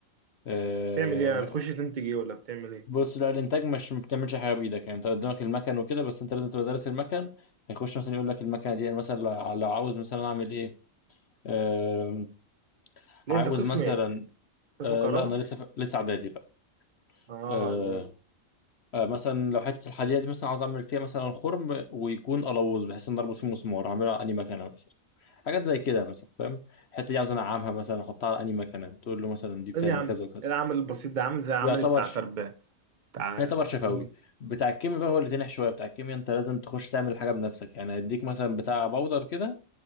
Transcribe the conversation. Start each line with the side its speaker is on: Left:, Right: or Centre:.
Left: آه،
Right: بتعمل ايه يعني بتخش تنتج ايه ولا بتعمل ايه
Left: بص لا الإنتاج مش ما بتعملش حاجة بإيدك يعني أنت قدامك المكن وكده بس أنت لازم تبقى دارس المكن هيخش مثلا يقول لك المكنة دي أنا مثلا لو لو عاوز مثلا أعمل إيه آه،
Right: ليه
Left: عاوز
Right: انت قسم
Left: مثلا
Right: ايه قسم
Left: آه،
Right: كهرباء
Left: لا أنا لسه لسه إعدادي بقى
Right: اه
Left: آه،
Right: ده
Left: آه، مثلا لو حته الحديده دي مثلا عاوز اعمل فيها مثلا خرم ويكون قلوز بحيث ان اربط فيه مسمار اعملها اني مكانه مثلا حاجات زي كده مثلا فاهم الحته دي عاوز انعمها مثلا احطها على اني مكانه تقول له مثلا دي بتعمل
Right: طيب يا عم
Left: كذا
Right: ايه
Left: وكذا
Right: العمل البسيط ده عامل زي عملي
Left: يعتبر
Right: بتاع
Left: ش...
Right: تربية بتاع
Left: يعتبر
Right: اللي
Left: شفوي
Right: هم
Left: بتاع الكيمياء
Right: اه
Left: بقى هو اللي تنح شويه بتاع الكيمياء انت لازم تخش تعمل حاجه بنفسك يعني هيديك مثلا بتاع باودر كده